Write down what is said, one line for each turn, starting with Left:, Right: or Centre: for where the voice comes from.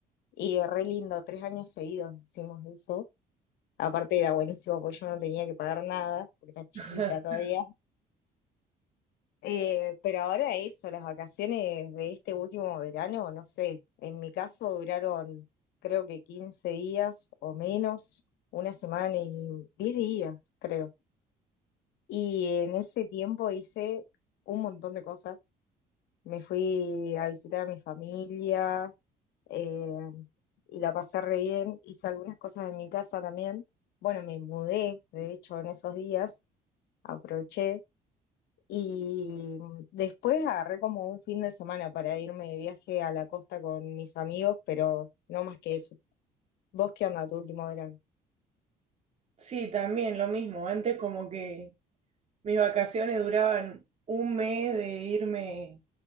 Left: Y re lindo, tres años seguidos hicimos eso. Aparte era buenísimo porque yo no tenía que pagar nada, porque era chiquita
Right: <laughs>
Left: todavía eh, pero ahora eso, las vacaciones de este último verano, no sé, en mi caso duraron creo que 15 días o menos, una semana y 10 días, creo. Y en ese tiempo hice un montón de cosas. Me fui a visitar a mi familia eh, y la pasé re bien. Hice algunas cosas en mi casa también. Bueno, me mudé, de hecho, en esos días, aproveché. Y después agarré como un fin de semana para irme de viaje a la costa con mis amigos, pero no más que eso. ¿Vos qué onda tu último verano?
Right: Sí, también lo mismo. Antes como que mis vacaciones duraban un mes de irme